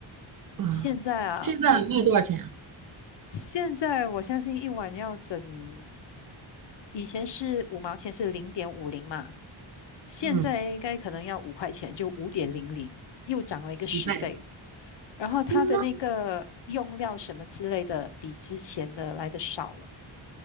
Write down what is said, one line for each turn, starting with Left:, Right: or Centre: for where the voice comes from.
Right: 嗯，
Left: 现在啊，
Right: 现在卖多少钱啊
Left: 我现在我相信一碗要整，以前是五毛钱是零点五零嘛，现在应该可能要五块钱，
Right: 嗯，
Left: 就五点零零，又涨了一个十倍。
Right: 十倍，
Left: 然后它的那个用料什么之类的，
Right: 那
Left: 比之前的来的少了，